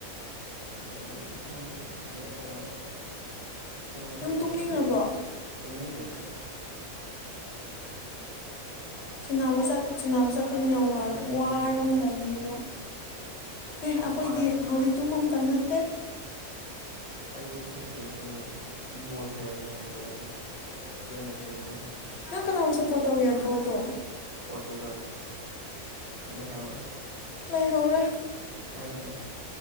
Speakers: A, on the right; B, on the left.
A: ꯑꯗꯨꯅ ꯌꯥꯝ ꯊꯦꯡ ꯊꯦꯡ ꯄꯤꯌꯦ ꯐꯣꯟꯗꯣ ꯐꯣꯟꯗꯤ
B: ꯅꯪ
A: ꯑꯗꯨꯝ
B: ꯇꯨꯝꯅꯤꯡꯉꯕ꯭ꯔꯣ
A: ꯄꯤꯒꯔ‌ꯦ ꯇꯨꯝꯃꯤꯡ ꯗꯦꯗ
B: ꯁꯟꯅꯕꯥ ꯁꯟꯅꯕꯥ ꯆꯠ ꯆꯠꯄꯅꯤꯅ ꯋꯥꯔꯝ
A: ꯅꯪ
B: ꯋꯥꯔꯝꯒꯅꯦꯕ
A: ꯇꯨꯝꯅꯤꯡꯕ
B: ꯑꯦ ꯑꯈꯣꯏꯗꯤ
A: ꯋꯥꯔꯁꯨ
B: ꯍꯧꯖꯤꯛ
A: ꯈꯥ
B: ꯇꯨꯝꯕ ꯃꯇꯝ ꯅꯠꯇꯦ
A: ꯑꯩꯖꯨ ꯊꯦꯡ ꯊꯦꯡ ꯇꯨꯝꯃꯤꯗ ꯕꯣꯜ ꯀꯩ ꯂꯩꯔꯗꯤ ꯊꯦꯡꯅ ꯑꯗꯨꯝ ꯇꯨꯝꯃꯤ
B: ꯅꯪ ꯀꯅꯥꯕꯨ ꯁꯞꯄꯣꯔꯠ ꯇꯧꯒꯦ ꯕꯣꯜꯗꯣ
A: ꯄꯣꯔꯇꯨꯒꯜꯗ ꯂꯩꯍꯧꯔꯦ
B: ꯂꯩꯍꯧꯔꯦ
A: ꯅꯪꯗꯤ